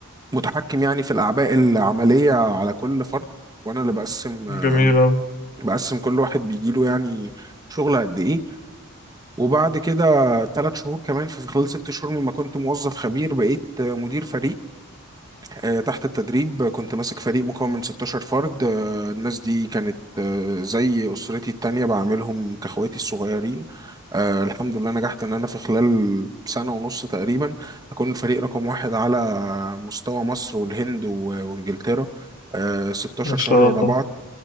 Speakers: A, on the right (about 15°); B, on the left (about 40°).
A: متحكم يعني في الأعباء العملية على كل فرد وأنا اللي بقسم آه،
B: جميل أوي
A: بقسم كل واحد بيجيله يعني شغل قد إيه وبعد كده ثلاث شهور كمان في خلال ست شهور مما كنت موظف خبير بقيت آه، مدير فريق آه، تحت التدريب كنت ماسك فريق مكون من 16 فرد آه، الناس دي كانت آه، زي أسرتي التانية بعاملهم كأخواتي الصغيرين آه، الحمد لله نجحت إن أنا في خلال سنة ونص تقريبا أكون الفريق رقم واحد على مستوى مصر والهند و- وإنجلترا آه، 16
B: ما شاء
A: شهر ورا
B: الله
A: بعض